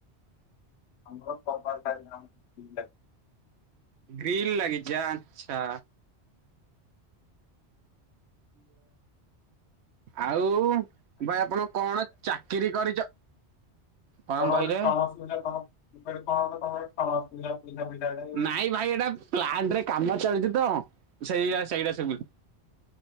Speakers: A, on the left; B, on the right.
A: ଆମ ପପ <unintelligible>
B: ଗ୍ରୀିଲ ଲାଗିଛି ଆଚ୍ଛା। ଆଉ ଭାଇ ଆପଣ କଣ ଚାକିରି କରିଛ
A: <unintelligible>
B: କଣ କହିଲେ? ନାଇଁ ଭାଇ ଏଇଟା ପ୍ଲାଣ୍ଟରେ କାମ ଚାଲିଚିତ ସେଇଆ ସେଇଟା ଶୁବୁଚି।